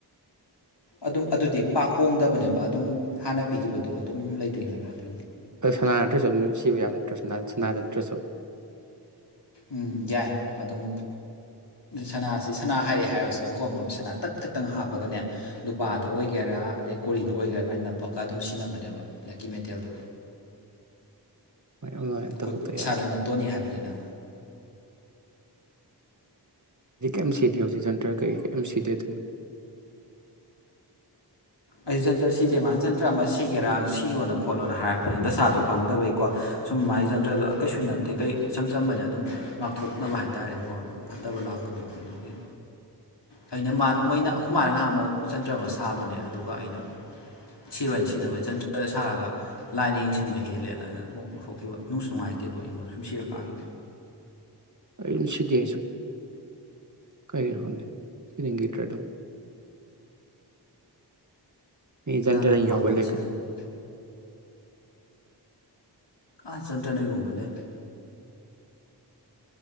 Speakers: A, on the left; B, on the right.
A: ꯑꯗꯨꯝ ꯑꯗꯨꯗꯤ ꯄꯥꯛ ꯍꯣꯡꯗꯕꯅꯦꯕ ꯑꯗꯨꯝ ꯍꯥꯟꯅ ꯄꯤꯈꯤꯕꯗꯣ ꯑꯗꯨꯝ ꯂꯩꯗꯣꯏꯅꯦꯕ ꯑꯗꯨ
B: ꯑ ꯁꯅꯥ ꯅꯠꯇ꯭ꯔꯁꯨ ꯁꯤꯕ ꯌꯥ ꯅꯠꯇ꯭ꯔꯁꯨ ꯁꯅꯥꯗ ꯅꯠꯇ꯭ꯔꯁꯨ
A: ꯎꯝ ꯌꯥꯏ ꯑꯗꯨꯝ ꯁꯅꯥꯁꯤ ꯁꯅꯥ ꯍꯥꯏꯔꯛꯑꯦ ꯍꯥꯏꯔꯁꯤꯅꯦꯕꯀꯣꯪꯕ ꯁꯅꯥ ꯇꯠ ꯈꯠꯇꯪ ꯍꯥꯞꯄꯒꯅꯦ ꯂꯨꯄꯥꯗ ꯑꯣꯏꯒꯦꯔꯥ ꯑꯗꯩ ꯀꯣꯔꯤꯗ ꯑꯣꯏꯒꯦꯔꯥ ꯑꯗꯨꯃꯥꯏꯅ ꯅꯞꯄꯒ ꯑꯗꯨꯝ ꯁꯤꯖꯤꯟꯅꯕꯅꯦꯕ ꯂꯛꯀꯤ ꯃꯦꯇꯦꯜꯗꯣ
B: ꯃꯥꯏ ꯑꯣꯟꯂꯥꯏꯟ ꯇꯧꯊꯣꯛꯇ
A: ꯈꯨꯠ ꯏꯁꯥꯗ
B: ꯌꯥꯗ꯭ꯔꯦ
A: ꯅꯞꯇꯣꯅꯤ ꯍꯥꯏꯕꯅꯤꯅ
B: ꯎꯝ <unintelligible> ꯁꯤꯗꯤ ꯍꯧꯖꯤꯛ ꯟꯇꯔ ꯀꯩ ꯑꯦꯝ ꯁꯤꯗꯤ ꯑꯗꯨ
A: ꯑꯩ ꯖꯟꯇ꯭ꯔ ꯁꯤꯗꯦ ꯃꯥꯅ ꯟꯇ꯭ꯔ ꯑꯃ ꯁꯤꯒꯦꯔꯥ ꯁꯤꯌꯣꯅ ꯈꯣꯠꯂꯣꯅ ꯍꯥꯏꯔꯛꯄꯅꯦ ꯗꯁꯥꯗꯣ ꯄꯥꯡꯗꯕꯩꯀꯣ ꯁꯨꯝ ꯃꯥꯒꯤ ꯟꯇ꯭ꯔꯗꯣ ꯀꯩꯁꯨ ꯅꯠꯇꯦ ꯀꯩ ꯏꯆꯝ ꯆꯝꯕꯅꯦ ꯑꯗꯨꯝ ꯉꯥꯛꯊꯣꯛꯅꯕ ꯍꯥꯏꯇꯥꯥꯔꯦꯀꯣ ꯐꯠꯇꯕ ꯂꯥꯛꯄꯗꯣ ꯑꯗꯨꯒꯤ ꯑꯩꯅ ꯃꯥ ꯃꯣꯏꯅ ꯑꯩꯈꯣꯏ ꯃꯥꯅ ꯅꯍꯥꯟ ꯑꯃꯨꯛ ꯟꯇ꯭ꯔ ꯑꯃ ꯁꯥꯕꯅꯦ ꯑꯩꯅ ꯁꯤꯔꯣꯏꯅ ꯁꯤꯗꯕ ꯆꯟ ꯁꯥꯔꯒ ꯂꯥꯏꯅ ꯌꯦꯡꯁꯤꯟꯕ ꯍꯦꯜꯂꯦꯅ ꯑꯩꯅ ꯊꯣꯛꯈꯤꯕ ꯅꯨꯡꯁꯨ ꯅꯨꯡꯉꯥꯏꯇꯦꯕ ꯑꯩꯉꯣꯟꯗ ꯁꯨꯝ ꯁꯤꯔꯀꯥꯟꯗ
B: ꯀꯩꯅ ꯁꯤꯗꯤꯤꯌꯥꯁ ꯀꯦꯦꯇꯗꯝ ꯃꯤ ꯆꯟꯇꯔ
A: ꯅꯍꯥꯟꯋꯥꯏ ꯈ꯭ꯋꯥꯡꯗꯒ
B: ꯌꯣꯒꯠꯂꯦ
A: ꯁꯤꯔꯝꯕꯅꯤ
B: ꯀ
A: ꯑꯥ ꯁꯟꯇ꯭ꯔꯅ ꯌꯣꯟꯕꯂꯦ